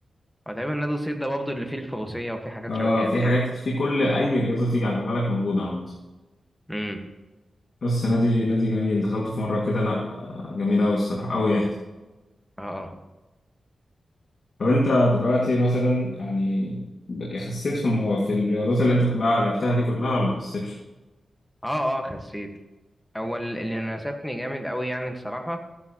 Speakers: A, in the centre; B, on the left.
A: هو تقريبا نادي الصيد ده برضه اللي فيه الفروسيه وفيه حاجات
B: آه
A: شبه كده
B: في
A: تقريبا
B: حاجات في كل أي رياضة تيجي على بالك موجودة عامة
A: امم
B: بس نادي نادي جميل دخلت في مرة كده أنا آه، جميل أوي الصراحة أوي يعني
A: اه اه
B: طب أنت دلوقتي مثلا يعني خسيت في مو... في الرياضات اللي أنت بقى لعبتها دي كلها ولا ما خسيتش؟
A: اه اه خسيت هو ال- اللي ناسفني جامد قوي يعني الصراحه